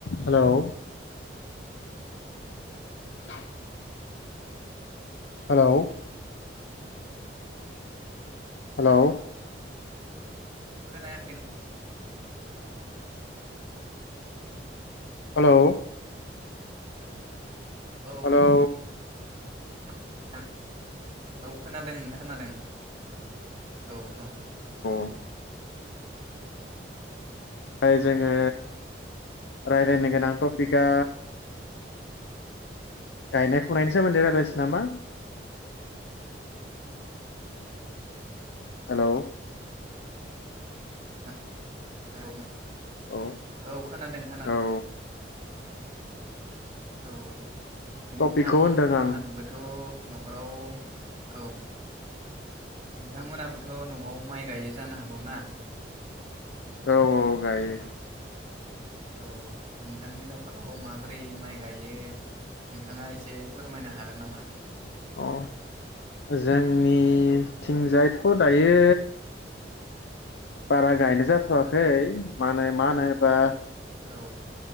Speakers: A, on the left; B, on the right.
A: हेल' <inaudible> हेल' hello
B: खोनायाखै
A: hello
B: औ
A: hello
B: <unintelligible> औ खोनादों नोंथां खोनादों औ औ
A: <inaudible> फ्राय जोङो रायलायनो गोनां टपिका गायनाय फुनायनि सोमोन्दै रायज्लायसै नामा? हेलौ।
B: <unintelligible>
A: औ
B: औ खोनादों खोनादों
A: औ
B: <inaudible> औ नोंथांमोनहाबबोथ'
A: टपिकखौ होनदों आं
B: न'खराव औ नोंथांमोनाबोथ' न'आव माइ गायो जानो हागौ ना
A: औ औ गायो।
B: औ नोंथांनि न'खराव माबोरै माइ गायो नोंथाङा एसे फोरमायनो हागोन नामा?
A: अ जोंनिथिंजायथ' दायो बारा गायनाय जाथ'वाखै मा होनो मा होनोबा
B: औ